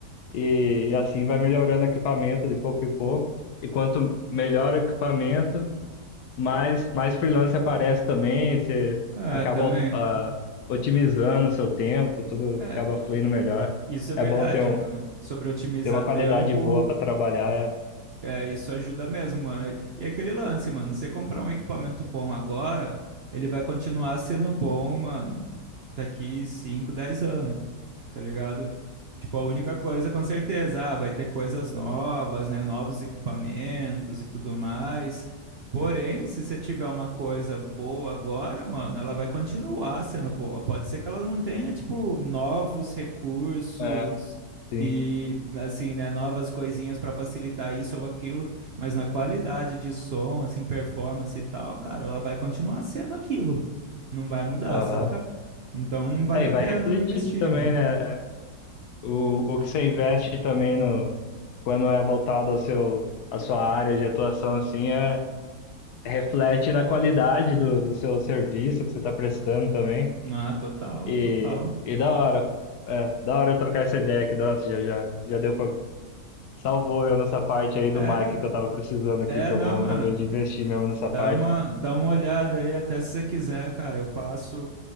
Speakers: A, on the left; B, on the right.
A: e, e assim vai melhorando o equipamento de pouco em pouco, e quanto melhor o equipamento, mais, mais freelance aparece também, você
B: É,
A: acaba
B: também.
A: ah, otimizando o seu tempo, tudo
B: É,
A: acaba fluindo
B: i-
A: melhor.
B: isso é verdade,
A: É bom ter, um,
B: mano. Sobre otimizar
A: ter uma qualidade
B: tempo,
A: boa para trabalhar,
B: É, isso ajuda mesmo, mano. E aquele lance, mano, você comprar um equipamento bom agora, ele vai continuar sendo bom, mano, daqui 5, 10 anos tá ligado? Tipo, a única coisa, com certeza, ah, vai ter coisas novas, né? Novos equipamentos e tudo mais. Porém, se você tiver uma coisa boa agora, mano, ela vai continuar sendo boa. Pode ser que ela não tenha, tipo, novos recursos
A: é, é, sim,
B: e, assim, né, novas coisinhas pra facilitar isso ou aquilo, mas na qualidade de som, assim, performance e tal, cara, ela vai continuar sendo aquilo. Não vai mudar,
A: aham.
B: saca? Então vale
A: É,
B: a
A: e vai
B: pena
A: refletir
B: investir,
A: também,
B: mano.
A: né? é, o, o que você investe também no, quando é voltado ao seu, à sua área de atuação, assim, é, reflete na qualidade do, do seu serviço que você está prestando também.
B: Ah, total,
A: E,
B: total.
A: e da hora, é, da hora trocar essa ideia aqui, nossa, já, já, já deu para Salvou eu nessa parte aí
B: É,
A: do Mike que eu tava precisando aqui, que
B: é,
A: eu
B: não,
A: vou,
B: mano.
A: vou ver de investir mesmo nessa
B: Dá
A: parte.
B: uma, dá uma olhada aí, até se você quiser, cara. Eu passo